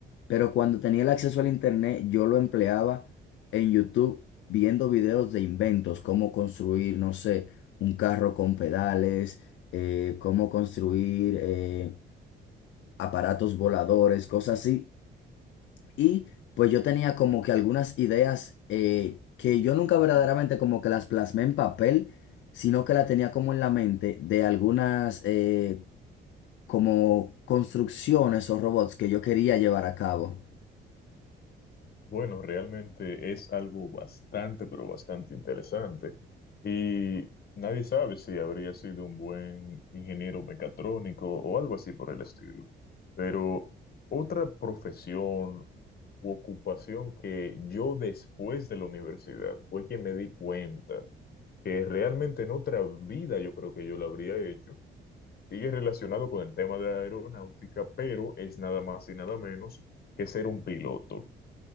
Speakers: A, on the left; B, on the left.
A: pero cuando tenía el acceso al internet yo lo empleaba en YouTube viendo videos de inventos, cómo construir, no sé, un carro con pedales, eh, cómo construir... eh, aparatos voladores, cosas así, y pues yo tenía como que algunas ideas eh, que yo nunca verdaderamente como que las plasmé en papel, sino que la tenía como en la mente de algunas eh, como construcciones o robots que yo quería llevar a cabo.
B: Bueno, realmente es algo bastante, pero bastante interesante. Y nadie sabe si habría sido un buen ingeniero mecatrónico o algo así por el estilo. Pero otra profesión u ocupación que yo después de la universidad fue que me di cuenta que realmente en otra vida yo creo que yo la habría hecho, sigue relacionado con el tema de aeronáutica, pero es nada más y nada menos que ser un piloto.